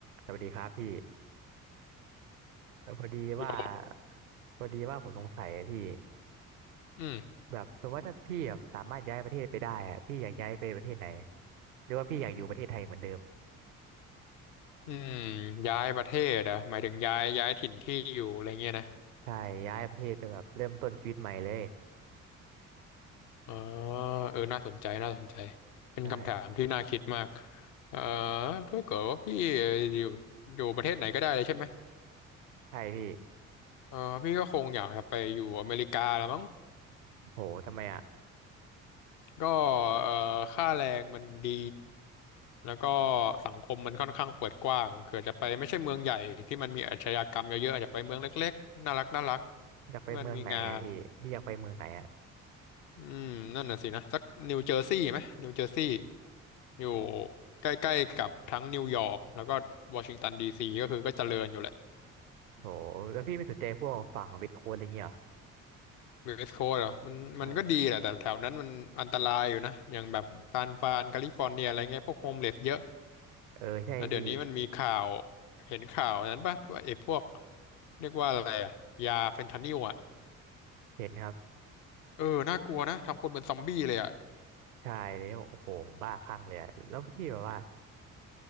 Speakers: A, on the right; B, on the left.
A: สวัสดีครับพี่เอ่อพอดีว่า
B: โยม
A: พอดีว่าผมสงสัยอะพี่
B: อืม
A: แบบสมมติว่าถ้าพี่แบบสามารถย้ายประเทศไปได้อะพี่อยากย้ายไปประเทศไหนหรือว่าพี่อยากอยู่ประเทศไทยเหมือนเดิม
B: อืมย้ายประเทศเหรอ่ะหมายถึงย้ายย้ายถิ่นที่อยู่อะไรเงี้ยนะ
A: ใช่ย้ายประเทศไปแบบเริ่มต้นชีวิตใหม่เลย
B: อ๋อเออน่าสนใจน่าสนใจ เป็นคำถามที่น่าคิดมาก
A: ใช่
B: เออถ้าเกิดว่าพี่อยู่อยู่ประเทศไหนก็ได้เลยใช่ไหม
A: ใช่พี่
B: เออพี่ก็คงอยากจะไปอยู่อเมริกาละมั้ง
A: โหทำไมอะ
B: ก็เออค่าแรงมันดีแล้วก็สังคมมันค่อนข้างเปิดกว้างเผื่อจะไปไม่ใช่เมืองใหญ่ที่มันมีอาชญากรรมเยอะๆอาจจะไปเมืองเล็กๆน่ารักน่ารัก
A: อยากไปเมืองไหนอะพี่พี่อยากไปเมืองไหนอะ
B: ที่มันมีงาน อืมนั่นน่ะสินะสักนิวเจอร์ซีย์ไหมนิวเจอร์ซีย์อยู่
A: โห
B: ใกล้ๆกับทั้งนิวยอร์กแล้วก็วอชิงตันดีซีก็คือก็เจริญอยู่แหละ
A: โหแล้วพี่ไม่สนใจพวกฝั่งเวทโค้ดอะไรเงี้ยเหรอ
B: เวสต์โคสต์เหรอมันมันก็ดีแหละแต่แถวนั้นมันอันตรายอยู่นะอย่างแบบซานฟรานแคลิฟอร์เนียอะไรเงี้ยพวกโฮมเลสเยอะ
A: ใช่เออใช่พี่
B: แล้วเดี๋ยวนี้มันมีข่าวเห็นข่าวนั้นปะว่าไอ้พวกเรียกว่าอะไรอะยาเฟนทานิลอะ
A: เห็นครับ
B: เออน่ากลัวนะทำคนเป็นซอมบี้เลยอะ
A: ใช่แล้วโอ้โหบ้าคลั่งเลยอะแล้วพี่แบบว่า